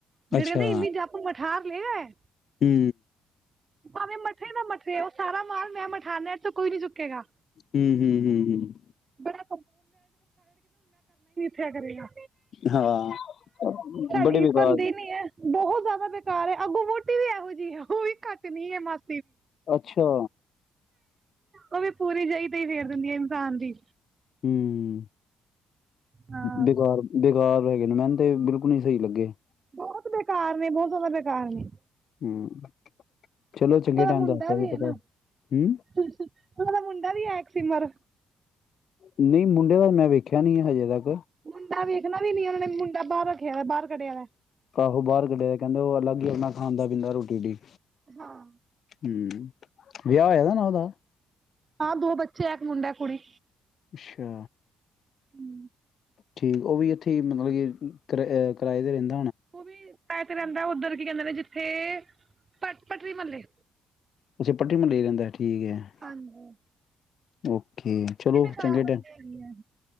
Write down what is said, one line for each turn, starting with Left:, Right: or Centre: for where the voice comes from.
Right: ਜਿਹੜੇ
Left: ਅੱਛਾ
Right: ਕਹਿੰਦੇ ਇੰਨੀ ਜਪ ਮ ਠਾਕ ਲੈ ਆਏ।
Left: ਹੂੰ।
Right: ਭਾਵੇਂ ਮਠੇ ਨਾ ਮਠੇ ਉਹ ਸਾਰਾ ਮਾਲ ਮੈਂ ਮਠਾਨਿਆ ਇਹਦੇ ਚੋਂ ਕੋਈ ਨੀ ਚੁੱਕੇਗਾ।
Left: ਹੂੰ- ਹੂੰ, ਹੂੰ-ਹੂੰ।
Right: ਬੜਾ ਕਿਆ ਕਰੇਗਾ
Left: ਹਾਂ
Right: ਸਾਡੀ
Left: ਬੜੇ ਬੇਕਾਰ
Right: ਬਣਦੀ ਨੀ ਹੈ। ਬਹੁਤ ਜ਼ਿਆਦਾ ਬੇਕਾਰ ਹੈ, ਅੱਗੋਂ ਮੋਟੀ ਵੀ ਇਹੋ ਜਿਹੀ ਹੈ, ਉਹ ਵੀ ਘੱਟ ਨੀ ਹੈ ਮਸ
Left: ਅੱਛਾ।
Right: ਉਹ ਵੀ ਪੂਰੀ ਜਹੀ ਤੇ ਹੀ ਫੇਰ ਦਿੰਦੀ ਆ ਇਨਸਾਨ ਦੀ
Left: ਹੂੰ।
Right: ਹਾਂ
Left: ਬੇਕਾਰ ਬੇ ਬੇਕਾਰ ਹੈਗੇ ਨੇ ਮੈਨੂੰ ਤੇ ਬਿਲਕੁਲ ਨੀ ਸਹੀ ਲੱਗੇ।
Right: ਬਹੁਤ ਬੇਕਾਰ ਨੇ, ਬਹੁਤ ਜ਼ਿਆਦਾ ਬੇਕਾਰ ਨੇ
Left: ਹੂੰ, ਚਲੋ ਚੰਗੇ
Right: ਉਹਦਾ
Left: ਟਾਈਮ
Right: ਮੁੰਡਾ
Left: ਦਾ ਕੀ
Right: ਵੀ
Left: ਜੀ ਪਤਾ
Right: ਹੈ ਨਾ
Left: ਹੂੰ।
Right: ਉਹਦਾ ਮੁੰਡਾ ਵੀ ਹੈ ਇੱਕ ਸਿਮਰ
Left: ਨਹੀਂ ਮੁੰਡੇ ਦਾ ਮੈਂ ਵੇਖਿਆ ਨੀ ਹਜੇ ਤੱਕ
Right: ਮੁੰਡਾ ਵੇਖਣਾ ਵੀ ਨੀ ਉਹਨਾਂ ਨੇ ਮੁੰ ਤਾ ਬਾਹਰ ਰੱਖਿਆ ਵੇ ਬਾਹਰ ਕੱਢਿਆ ਪਿਆ ਹੈ।
Left: ਆਹੋ ਬਾਹਰ ਕੱਢਿਆ ਕਹਿੰਦੇ ਉਹ ਅਲੱਗ, ਨਾ ਖਾਂਦਾ ਪੀਦਾ ਰੋਟੀ ਵੀ,
Right: ਹਾਂ,
Left: ਹੂੰ ਵਿਆਹ ਹੋਇਆ ਨਾ ਉਹਦਾ
Right: ਹਾਂ ਦੋ ਬੱਚੇ ਆ ਇੱਕ ਮੁੰਡਾ, ਇਕ ਕੁੜੀ।
Left: ਅੱਛਾ,
Right: ਹੂੰ,
Left: ਠੀਕ ਉਹ ਵੀ ਇਥੇ ਹੀ ਮਤਲਬ ਕਿ ਕਰਾਏ ਤੇ ਰਹਿੰਦੇ।
Right: ਉਹ ਵੀ, ਤੇ ਰਹਿੰਦਾ ਉੱਧਰ ਕੀ ਕਹਿੰਦੇ ਨੇ ਜਿੱਥੇ ਪ ਪਟਰੀ ਮਹੱਲੇ,
Left: ਅੱਛਾ ਏ ਪਟਰੀ ਮਹੱਲੇ ਹੀ ਰਹਿੰਦਾ। ਠੀਕ ਹੈ।
Right: ਹਾਂਜੀ
Left: ਔ, ਕੇ ਚਲੋ,
Right: ਬੜੀ ਬੇਕਾਰ
Left: ਚੰਗੇ
Right: ਬੰਦੇ
Left: ਤੇ
Right: ਹੈਗੇ ਆ।